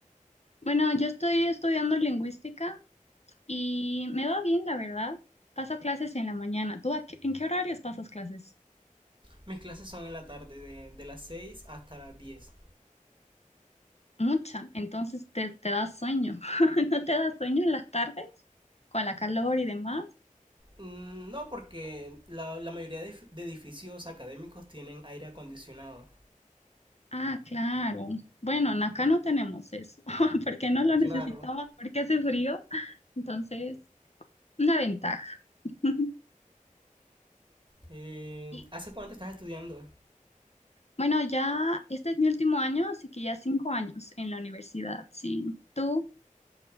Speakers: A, on the left; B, on the right.
A: Bueno, yo estoy estudiando lingüística y me va bien, la verdad. Paso clases en la mañana. ¿Tú a qué- en qué horarios pasas clases?
B: Mis clases son en la tarde, de, de las 6 hasta las diez.
A: Mucha. Entonces te, te da sueño. <laughs> ¿No te da sueño en las tardes? Con la calor y demás.
B: Mm, No, porque la, la mayoría de, de edificios académicos tienen aire acondicionado.
A: Ah, claro. Bueno, en acá no tenemos eso, <laughs> porque no lo necesitaba,
B: Claro.
A: porque hace frío. Entonces, una ventaja. <laughs>
B: Eh,
A: Y
B: ¿hace cuánto estás estudiando?
A: bueno, ya este es mi último año, así que ya cinco años en la universidad, sí. ¿Tú?